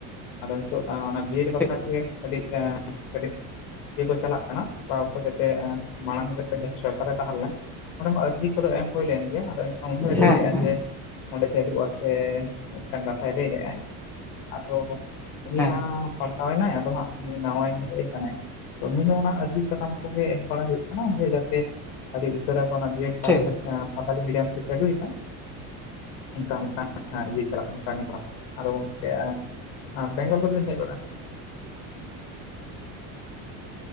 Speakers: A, on the left (about 70°); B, in the centre.
A: ᱟᱫᱚ ᱱᱤᱛᱚᱜ ᱚᱱᱟ ᱵᱤᱭᱮᱰ ᱵᱟᱠᱷᱨᱟ
B: ᱴᱷᱤᱠ
A: ᱛᱮᱜᱮ ᱠᱟᱹᱴᱤᱡ ᱠᱟᱹᱴᱤᱡ ᱤᱭᱟᱹ ᱠᱚ ᱪᱟᱞᱟᱜ ᱠᱟᱱᱟ, ᱥᱟᱯᱲᱟᱣ ᱠᱚ ᱡᱟᱛᱮ ᱢᱟᱲᱟᱝ ᱨᱮ ᱡᱟᱦᱟᱸ ᱥᱚᱨᱠᱟᱨᱮ ᱛᱟᱦᱮᱸ ᱞᱮᱱᱟ ᱚᱱᱰᱮ ᱢᱟ ᱟᱹᱨᱡᱤ ᱠᱚᱫᱚ ᱮᱢ ᱦᱩᱭ ᱞᱮᱱ ᱜᱮᱭᱟ, ᱟᱫᱚ ᱮᱱᱠᱷᱟᱱ ᱩᱱᱤ ᱦᱚᱭ
B: ᱦᱮᱸ
A: ᱞᱟᱹᱭ ᱞᱮᱫᱼᱟ
B: ᱦᱮᱸ
A: ᱡᱮ ᱚᱸᱰᱮ ᱪᱟᱞᱩᱜ ᱟᱥᱮ ᱢᱤᱫᱴᱟᱝ ᱠᱟᱛᱷᱟᱭ ᱞᱟᱹᱭ ᱞᱮᱜ-ᱟ᱾ ᱟᱫᱚ ᱩᱱᱤ
B: ᱦᱮᱸ
A: ᱢᱟ ᱯᱟᱞᱴᱟᱣ ᱮᱱᱟᱭ, ᱟᱫᱚ ᱦᱟᱸᱜ ᱱᱩᱭ ᱱᱟᱶᱟᱭᱤᱡ ᱦᱮᱡ ᱟᱠᱟᱱᱟᱭ᱾ ᱛᱚ ᱩᱱᱤ ᱦᱚᱸ ᱚᱱᱟ ᱟᱹᱨᱡᱤ ᱥᱟᱠᱟᱢ ᱠᱚᱜᱮ ᱮᱢ ᱵᱟᱲᱟ ᱦᱩᱭᱩᱜ ᱠᱟᱱᱟ, ᱡᱟᱛᱮ ᱟᱹᱰᱤ ᱩᱥᱟᱹᱨᱟ ᱚᱱᱟ ᱵᱤᱭᱮᱰ ᱛᱟᱦᱚᱞᱮ
B: ᱴᱷᱤᱠ
A: ᱥᱟᱛᱟᱞᱤ ᱢᱤᱰᱤᱭᱟᱢ ᱛᱮ ᱪᱟᱞᱩᱭ ᱮᱱᱟ᱾ ᱚᱱᱠᱟ ᱢᱤᱫᱴᱟᱝ ᱦᱟᱸ ᱤᱭᱟᱹ ᱪᱟᱞᱟᱜ ᱠᱟᱱᱟ ᱠᱟᱹᱢᱤ ᱦᱚᱨᱟ ᱟᱫᱚ ᱜᱚᱝᱠᱮ ᱵᱮᱝᱜᱚᱞ ᱠᱚᱫᱚ ᱵᱤᱱ ᱦᱮᱡ ᱵᱟᱲᱟ᱾